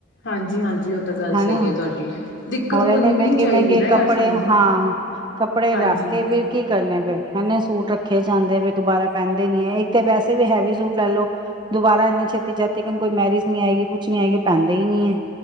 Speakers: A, on the left; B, on the right.
A: ਹਾਂਜੀ ਹਾਂਜੀ, ਉਹ ਤਾਂ ਗੱਲ
B: ਹਨਾ
A: ਸਹੀ ਹੈ ਤੁਹਾਡੀ ਦਿੱਕਤ
B: ਹੋਰ ਇਹਨੇ
A: ਹੋਣੀ
B: ਮਹਿੰਗੇ-ਮਹਿੰਗੇ
A: ਵੀ ਨੀ ਚਾਹੀਦੀ ਨਾ ਯਾਰ
B: ਕੱਪੜੇ
A: ਸਾਨੂੰ
B: ਹਾਂ, ਕੱਪੜੇ
A: ਹਾਂਜੀ
B: ਰੱਖ ਕੇ ਫਿਰ ਕੀ ਕਰਨੇ ਫਿਰ ਹਨੇ ਸੂਟ ਰੱਖ ਰਖੇ ਜਾਂਦੇ ਵੀ ਦੁਬਾਰਾ ਪੈਂਨਦੇ ਨੀ ਹੈ ਇੱਕ ਤਾਂ ਵੈਸੇ ਵੀ ਹੈਵੀ ਸੂਟ ਲੈ ਲੋ ਦੁਬਾਰਾ ਇੰਨੀ ਛੇਤੀ ਜਾਤੀਨ ਕੋਈ ਮੈਰਿਜ ਨੀ ਆਏਗੀ ਕੁਛ ਨੀ ਹੈਏਗੀ ਪੈਂਦੇ ਹੀ ਨੀ ਹੈ